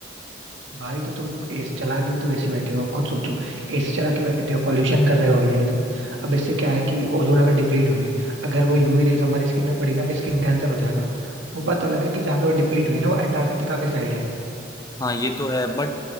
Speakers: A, on the right; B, on the left.
A: भाई तो तुम एसी चला के भी तो एसी बैठे हो अब खुद सोचो एसी चला के बैठे हो पॉल्यूशन कर रहे हो ऑलरेडी तुम अब इससे क्या है कि ओजोन अगर डिप्लीट हुई अगर वो यूवी रेस हमारी स्किन में पड़ी ना हमें स्किन कैंसर हो जाएगा वो बात अलग है कि जहाँ पे वो डिप्लीट हुई ना वो अंटार्कटिका के साइड है
B: हाँ ये तो है बट